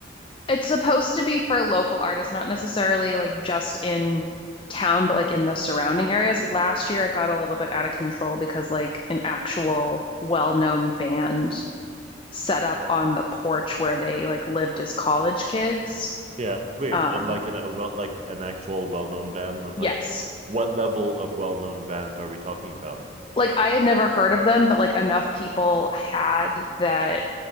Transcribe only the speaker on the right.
Yeah. Wait,
uh, like in a well, like an actual well-known band.
Like, what level of well-known band are we talking about?